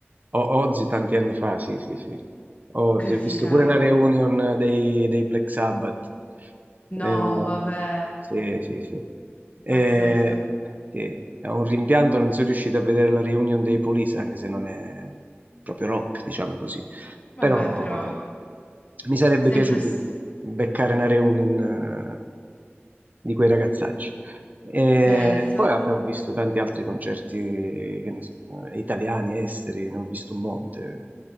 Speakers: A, on the right (about 40°); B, on the left (about 35°).
A: o- Ozzy tanti anni fa, sì, sì, sì, Ozzy,
B: Che figata.
A: ho visto pure una reunion dei, dei Black Sabbath,
B: No,
A: Eh,
B: vabbè,
A: sì, sì, sì. Eh,
B: pazzesco.
A: sì, è un rimpianto non sono riuscito a vedere la reunion dei Police, anche se non è proprio rock, diciamo così.
B: Vabbè,
A: Però
B: però,
A: mi sarebbe
B: sempre
A: piaciuto
B: s-
A: beccare una reunion eh, di quei ragazzacci. E
B: penso.
A: poi vabbè, ho visto tanti altri concerti che ne so, eh, italiani, esteri, ne ho visto un monte.